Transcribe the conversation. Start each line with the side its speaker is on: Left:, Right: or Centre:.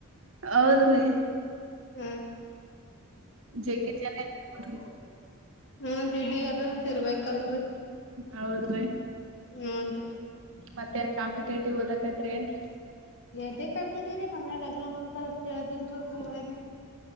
Right: ಹೌದ್ರಿ
Left: ಹ
Right: ಜಗ್ಗೆ ಜನ ಇದ್ರಿ
Left: ಹ
Right: ನೋಡ್ರಿ
Left: ದಿ ತಿರ್ಬೇಕಲ್ರರಿ
Right: ಹೌದ್ರೀ
Left: ಹೂನ್ರಿ
Right: ಮತ್ತೇಏನ್ ಕಾಂಪಿಟೇಟಿವ್ಓದಕೈತ್ರಿ ಏನ್ರೀ
Left: ಎಲ್ದ ಕಂಪ್ಲೀಟ್ ರಿ ನಮ್ನೆ ಲಗ್ನ ಮಾಡ್ತಾರ ಅಂತೇಳ್ದನ್ ಬೇನನೆ